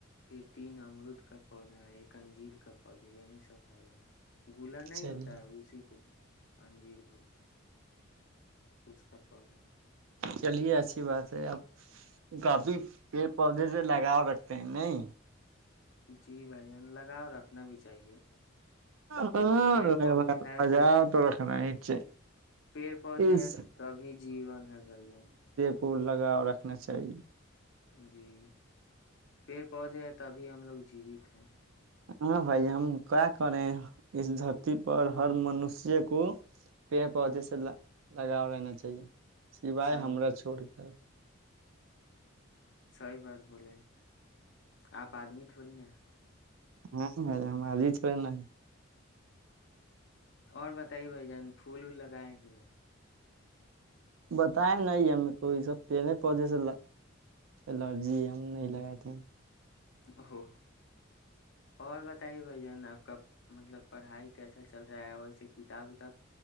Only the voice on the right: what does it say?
چلیے
چلیے اچھی بات ہے اپ کافی پیڑ پودے سے لگاؤ رکھتے ہیں نہیں
ہاں
لگاؤ
رکھنا ہی چاہیے
اس
کوول لگا رکھنا چاہیے
ہاں بھائی ہم کیا کریں اس دھرتی پر ہر منوشی کو پیڑ پودے سے لگاؤ رہنا چاہیے سوائے
ہمر
چھوڑ کے
ہاں بھائی ہم آجج پ نہیں
بتائے نہیں ہمیں تو یہ سب پہلے پودے سے الرجی ہم نہیں لگاتے ہیں